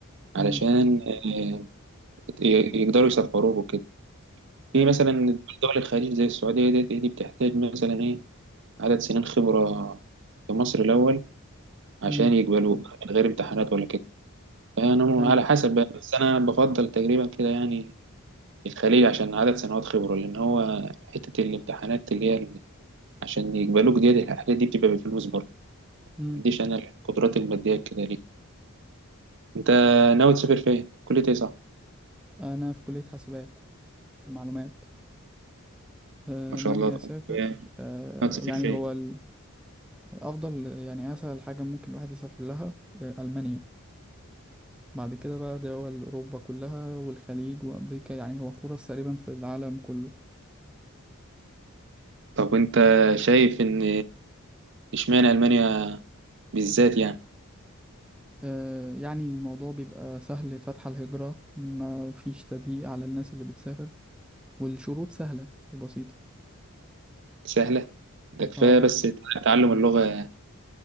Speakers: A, on the right; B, in the centre.
A: علشان
B: امم
A: آه، ي- يقدروا يسفروك وكده في
B: ايوه
A: مثلا دول الخليج زي السعودية دي, دي بتحتاج مثلا إيه عدد سنين خبرة في مصر الأول عشان
B: امم
A: يقبلوك من غير امتحانات ولا كده فأنا م-
B: ايوه
A: على حسب بقى بس أنا بفضل تقريبا كده يعني الخليج عشان عدد سنوات خبرة لأن هو حتة الامتحانات اللي هي عشان يقبلوك دي الحاجات دي بتبقى بفلوس برضه
B: امم
A: عنديش انا القدرات الماديه كده ليه انت ناوي تسافر فين كلية ايه صح
B: انا في كلية حاسبات ومعلومات آه،
A: ما شاء
B: ناوي
A: الله طب
B: اسافر آه،
A: ناوي تسافر
B: يعني
A: فين
B: هو ال- افضل يعني اسهل حاجة ممكن الواحد يسافر لها آه، المانيا بعد كده بقى دول اوروبا كلها والخليج وامريكا يعني هو فرص تقريبا في العالم كله
A: طب وانت شايف ان اشمعنى المانيا بالذات يعني
B: آه، يعني الموضوع بيبقى سهل فتح الهجرة ما فيش تضييق على الناس اللي بتسافر والشروط سهلة وبسيطة
A: سهله ده كفايه
B: اه
A: بس تعلم اللغه